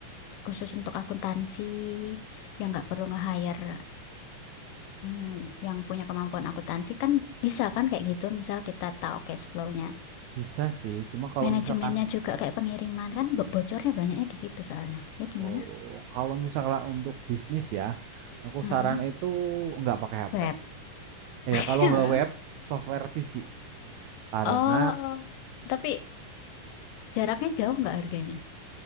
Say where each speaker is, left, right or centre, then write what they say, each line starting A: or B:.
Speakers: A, on the left (about 75°); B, on the right (about 85°).
A: khusus untuk akuntansi, yang nggak perlu nge-hire Hmm, yang punya kemampuan akuntansi kan bisa kan kayak gitu. Misal kita tahu cash flow-nya.
B: bisa sih. Cuma kalau
A: Manajemennya
B: misalkan
A: juga kayak pengiriman kan bo- bocornya banyaknya di situ soalnya. Ya gimana?
B: oh, kalau misalkan untuk bisnis ya, aku
A: Heeh.
B: saran itu nggak pakai HP.
A: Web.
B: Eh,
A: <laughs>
B: Ya, kalau nggak web, software PC. Karena
A: Oh, tapi jaraknya jauh nggak harganya?